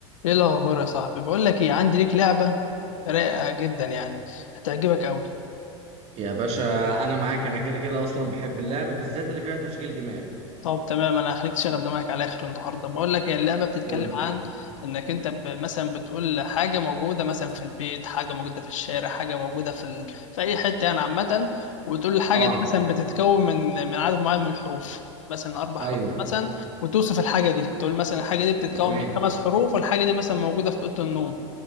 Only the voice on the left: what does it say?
ايه الاخبار يا صاحبي بقول لك ايه عندي ليك لعبه رايقه جدا يعني هتعجبك قوي
طب تمام انا هخليك تشغل دماغك على اخر النهارده بقول لك هي اللعبه بتتكلم
عن انك انت ب- مثلا بتقول حاجه موجوده مثلا في البيت حاجه موجوده في الشارع حاجه موجوده في ال... في اي حته يعني عامه وتقول الحاجه
دي مثلا بتتكون من من عدد معين من الحروف مثلا اربع
حروف مثلا وتوصف الحاجه دي تقول مثلا الحاجه دي بتتكون
من خمس حروف والحاجه دي مثلا موجوده في اوضه النوم